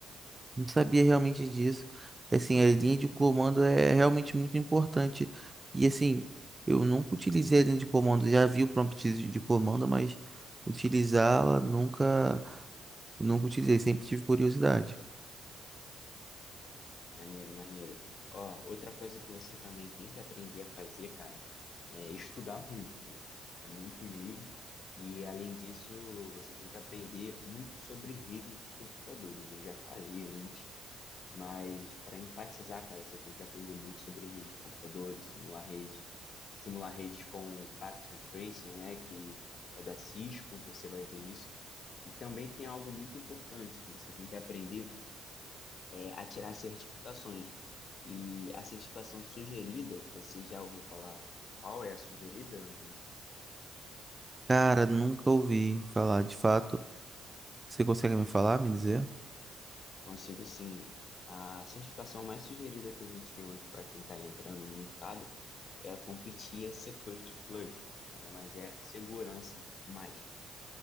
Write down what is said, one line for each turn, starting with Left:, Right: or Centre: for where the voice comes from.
Right: Não sabia realmente disso. Assim, a linha de comando é realmente muito importante. E assim, eu nunca utilizei a linha de comando. Já vi o prompt de de comando, mas utilizá-la nunca, nunca utilizei. Sempre tive curiosidade.
Left: Maneiro, maneiro. Ó, outra coisa que você também tem que aprender a fazer, cara, é estudar muito, tipo, muito mesmo. E além disso, você tem que aprender muito sobre rede de computadores. Eu já falei antes, mas para enfatizar, cara, você tem que aprender muito sobre rede de computadores, simular rede, simular redes com o Packet Tracing, né, que é da Cisco, você vai ver isso. E também tem algo muito importante que você tem que aprender é, a tirar certificações. E a certificação sugerida, você já ouviu falar qual é a sugerida, Ângelo?
Right: Cara, nunca ouvi falar. De fato, você consegue me falar, me dizer?
Left: Consigo sim. A certificação mais sugerida que a gente tem hoje para quem está entrando no mercado é a CompTIA Security Plus. Nada mais é segurança mais.